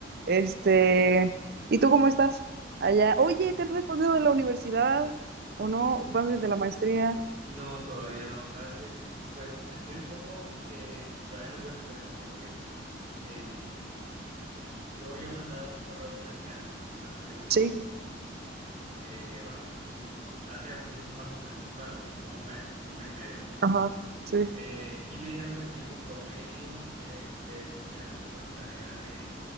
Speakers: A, on the right; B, on the right.
A: Este, ¿y tú cómo estás? Allá.
B: Eh,
A: Oye, ¿te han respondido de la universidad o no?
B: uf,
A: ¿Vas de la maestría?
B: no, todavía no. Sabes que, pues, estoy un poco eh, todavía nervioso por eso, porque eh, yo había mandado un correo a la universidad hace unos,
A: Sí.
B: eh, bueno, hace unos cuantos meses, bueno, como un mes, un mes y medio, dos meses.
A: Ajá. Sí.
B: Eh, y me dijeron que el tiempo promedio de, de de respuesta era de